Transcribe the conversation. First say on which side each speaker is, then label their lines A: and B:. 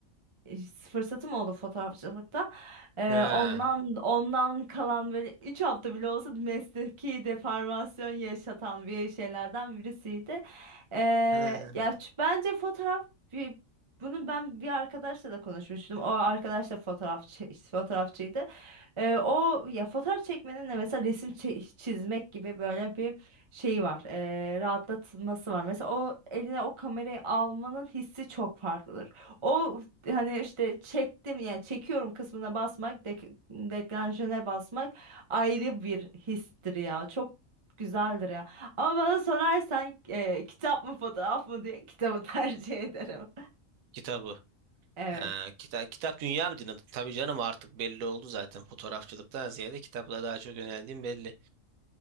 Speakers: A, on the right; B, on the right.
A: e, fırsatım oldu fotoğrafçılıkta. Ee,
B: Ha,
A: ondan ondan kalan böyle 3 hafta bile olsa mesleki deformasyon yaşatan bir şeylerden birisiydi. Ee,
B: ha.
A: ya ç- bence fotoğraf bir Bunu ben bir arkadaşla da konuşmuştum. O arkadaş da fotoğrafçı, fotoğrafçıydı. Ee, o ya fotoğraf çekmenin de mesela resim çe- çizmek gibi böyle bir şeyi var. ee, rahatlatması var. Mesela o eline o kamerayı almanın hissi çok farklıdır. O hani işte çektim yani çekiyorum kısmına basmak, dek deklanşöre basmak ayrı bir histir ya. Çok güzeldir ya. Ama bana sorarsan e, kitap mı fotoğraf mı diye kitabı <laughs> tercih ederim.
B: Kitabı.
A: Evet.
B: Ha, kitap, kitap dünya mı dinledin? Tabii canım artık belli oldu zaten. Fotoğrafçılıktan ziyade kitapla daha çok yöneldiğim belli.